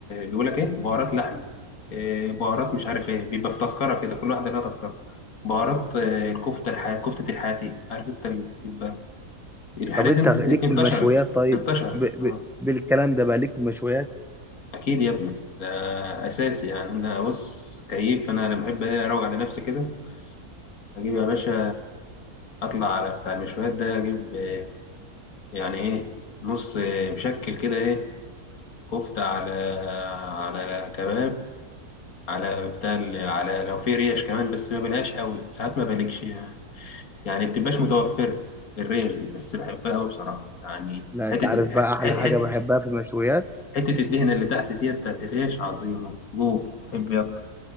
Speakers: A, on the left; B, in the centre.
A: بيقول لك ايه بهارات لحم إيه بهارات مش عارف ايه بيبقى في تذكره كده كل واحده لها تذكره بهارات آه، الكفته الح... كفته الحياتي عارف انت ال- بيبقى الحاجات
B: طب انت
A: دي انت-
B: ليك
A: انتشرت
B: في المشويات طيب
A: انتشرت
B: ب...
A: اه
B: ب... بالكلام ده بقى ليك في المشويات
A: اكيد يا ابني ده اساسي يعني انا بص كيف انا انا بحب إيه اروق على نفسي كده اجيب يا باشا اطلع على بتاع المشويات ده اجيب آه، يعني ايه نص آه، مشكل كده ايه كفته على على كباب على بتاع ال- على لو في ريش كمان بس ما بلاش قوي ساعات ما بلكش يعني يعني بتبقاش متوفره الريش دي بس بحبها قوي بصراحه يعني
B: لا
A: حته
B: انت عارف بقى احلى
A: حته
B: حاجة
A: حته
B: بحبها في المشويات
A: حته الدهنه اللي تحت ديت بتاعت الريش عظيمه جول تحب إيه اكتر